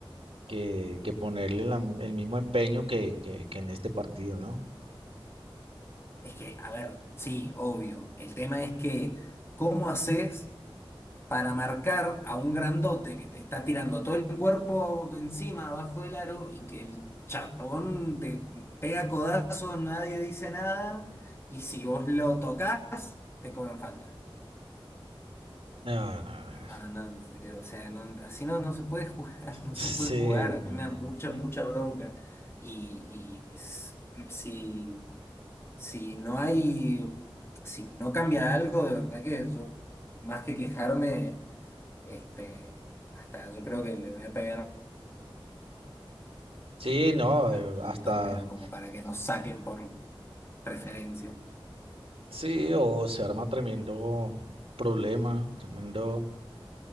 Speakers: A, on the right; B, on the left.
A: que, que ponerle la- el mismo empeño que, que, que en este partido, ¿no?
B: es que, a ver, sí, obvio. El tema es que, ¿cómo haces para marcar a un grandote que te está tirando todo el cuerpo encima, abajo del aro, y que el chabón te pega codazos, nadie dice nada, y si vos lo tocas, te cobran falta?
A: No, no, no.
B: No, no, eh, o sea, no, así no, no se puede jugar, <laughs> no
A: Sí,
B: se puede jugar. A
A: no,
B: mí me
A: no,
B: da mucha,
A: no.
B: mucha bronca. Y, y s- si, si no hay, si no cambia algo, de verdad que yo, más que quejarme, este, hasta yo creo que le voy a pegar
A: Sí, no,
B: al
A: eh, hasta,
B: torneo como para que nos saquen por preferencia.
A: sí, o se arma tremendo problema, tremendo,